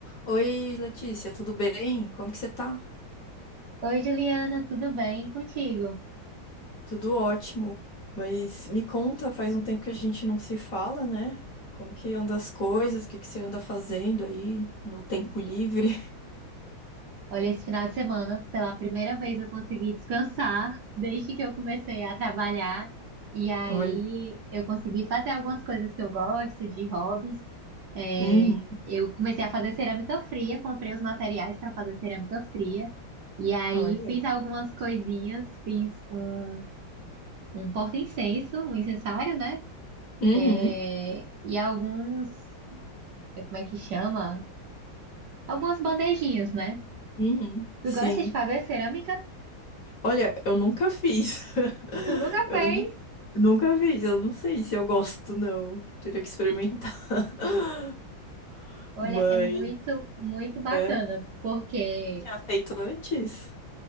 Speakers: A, on the left; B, on the right.
A: Oi, Letícia, tudo bem? Como que você tá?
B: Oi, Juliana, tudo bem contigo?
A: Tudo ótimo. Mas me conta, faz um tempo que a gente não se fala, né? Como que anda as coisas? O que que você anda fazendo aí no tempo livre?
B: Olha, esse final de semana, pela primeira vez eu consegui descansar <laughs> desde que eu comecei a trabalhar. E aí
A: Olha.
B: eu consegui fazer algumas coisas que eu gosto, de hobbies. É,
A: Uhum.
B: eu comecei a fazer cerâmica fria, comprei os materiais para fazer cerâmica fria. E aí
A: Olha.
B: fiz algumas coisinhas, fiz um, um porta-incenso, um incensário, né?
A: Uhum.
B: É, e alguns, é, como é que chama? Algumas bandejinhas, né?
A: Uhum.
B: Tu
A: Sim.
B: gosta de fazer cerâmica?
A: Olha, eu nunca fiz. <laughs>
B: Tu nunca
A: Eu
B: fez?
A: nu- nunca fiz. Eu não sei se eu gosto, não. Teria que experimentar. <laughs>
B: Olha,
A: Mas.
B: é muito, muito bacana,
A: É.
B: porque
A: Tinha feito antes?